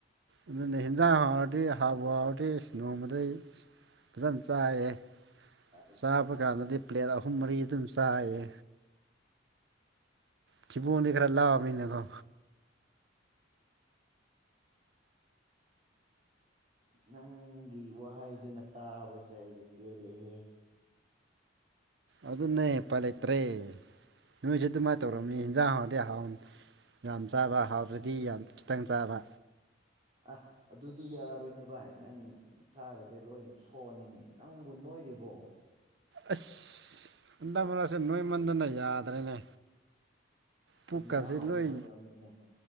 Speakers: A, on the right; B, on the right.
A: ꯑꯗꯨꯅ ꯍꯟꯖꯥꯡ ꯍꯥꯥꯎꯔꯗꯤ ꯍꯥꯥꯎꯕ ꯍꯥꯎꯔꯗꯤ ꯅꯣꯡꯃꯗꯩ ꯐꯖꯅ ꯆꯥꯏꯑ
B: ꯑꯁ
A: ꯆꯥꯕ ꯀꯥꯟꯗꯗꯤ ꯄ꯭ꯂꯦꯠ ꯑꯍꯨꯝ ꯃꯔꯤ ꯑꯗꯨꯝ ꯆꯥꯏꯌꯦ ꯊꯤꯕꯣꯟꯗꯤ ꯈꯔ ꯂꯥꯛꯑ ꯃꯤꯅꯀꯣ
B: ꯅꯪꯒꯤ ꯋꯥꯍꯩꯗꯨꯅ ꯇꯥꯕꯁꯦ ꯑꯩꯗꯤ ꯄꯦꯜꯜꯂꯤꯦꯍꯦ <unintelligible>
A: ꯑꯗꯨꯅꯦ ꯄꯥꯏ ꯂꯩꯇ꯭ꯔꯦ ꯅꯣꯏꯁꯨꯦ ꯑꯗꯨꯃꯥꯏꯅ ꯇꯧꯔꯝꯅꯤ ꯍꯟꯖꯥꯡ ꯍꯥꯟꯔꯗꯤ ꯍꯥꯎꯅꯤ ꯌꯥꯝ ꯆꯥꯕ ꯍꯥꯎꯗ꯭ꯔꯗꯤ ꯌꯥꯝ ꯈꯤꯇꯪ ꯆꯥꯕ
B: ꯑ ꯑꯗꯨꯗꯤ ꯌꯥꯔꯣꯏꯅꯦ ꯚꯥꯏ ꯅꯪ ꯁꯥꯒꯁꯦ ꯂꯣꯏ ꯁꯣꯛꯅꯤꯅꯦ ꯅꯪꯕꯨ ꯅꯣꯏ ꯑꯣꯏꯔꯤꯕꯣ
A: ꯑꯁ ꯑꯟꯗ ꯃꯂꯁꯦ ꯅꯣꯏꯃꯟꯗꯅ ꯌꯥꯗ꯭ꯔꯦꯅꯦ ꯄꯨꯛꯀꯁꯤ
B: ꯏꯟꯖꯥꯡ ꯍꯥꯎꯕꯒꯤ
A: ꯂꯣꯏ
B: ꯑꯣꯏꯔꯝꯅꯤꯅꯦ